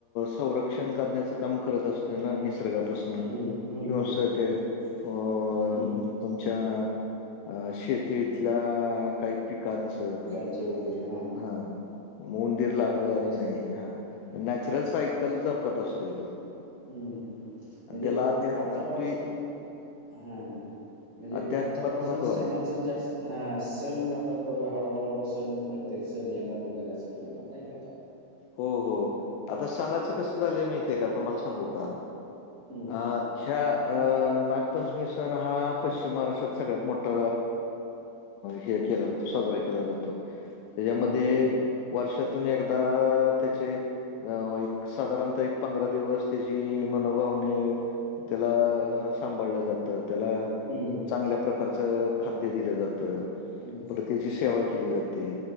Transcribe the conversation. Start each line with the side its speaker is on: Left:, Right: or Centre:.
Left: संरक्षण ण्याच काम करत असतोय ना निसर्गापासून व्यवसात
Right: हं, हं, हं, हं,
Left: ते अ
Right: हं, हं.
Left: म तुमच्या अ शेतीतल्या काही पिकांचं
Right: म्हचेे होैर ह
Left: हा उंदीर लागत
Right: जास्त
Left: नाही हा
Right: हम्म,
Left: नॅचरल
Right: हम्म,
Left: सायकल कल जपत असतो तो
Right: हम्म हम् म्हणजे
Left: आणि त्याला अध्यात्मात
Right: आतापासून
Left: बी
Right: हा ह म्हणजे
Left: अध्यात्मात
Right: आतापासून
Left: महत्त्व
Right: सना
Left: आहे.
Right: तर जास्त हां सण ज च हळूहळूहळू सण प्रत्येक सण येणार वगैरे असं होणार नाही का आता
Left: हो हो आता सणाचं कसं झालंय माहितीेय का तुम्हाला सांगू का
Right: हं,
Left: आ ह्या अ नागपंचमी सण हा पश्चिम महाराष्ट्रात सगळ्यात मोठा हे केला जातो तो साजरा केला जातो
Right: <unintelligible>
Left: तेज्यामध्ये
Right: हं.
Left: वर्षातून एकदा त्याचे अ एक साधारणतः एक पंधरा दिवस तेजी मनोभावाने त्याला अ सांभाळलं जातं त्याला अ
Right: हम्
Left: चांगल्या प्रकारचं खाद्य दिलं जातं
Right: हं, हं,
Left: पर त्याची सेवा केली जाते